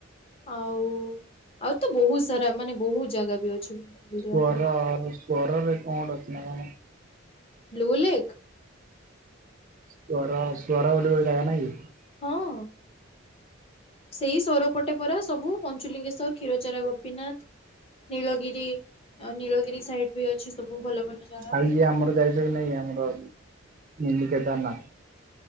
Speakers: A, on the left (about 30°); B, on the right (about 40°).
A: ଆଉ ଆଉ ତ ବହୁତ ସାରା ମାନେ ବହୁତ ଜାଗା ବି ଅଛି। ବୁଲିବା
B: ସ୍ଵର
A: ପାଇଁ
B: ସ୍ଵର ରେ କଣ ଗୋଟେ ଅଛି ନା କଣ।
A: ଲୁ ଲେକ୍।
B: ସ୍ବର ସ୍ବର ବୋଲି ଗୋଟେ ଯାଗା ନାଇ କି।
A: ହଁ। ସେଇ ସୋରପଟେ ପରା ସବୁ ପଞ୍ଚୁଲିଙ୍ଗେଶ୍ୱର କ୍ଷୀରଚରା ଗୋପୀନାଥ। ନୀଳଗିରି ଆଉ ନୀଳଗିରି ସାଇଡ୍ ବି ଅଛି ସବୁ ଭଲ ଭଲ ଜାଗା।
B: ଆଉ ଇଏ ଆମର ଯାଇଛ କି ନାଇଁ ଆମର ମିନି କେଦାରନାଥ।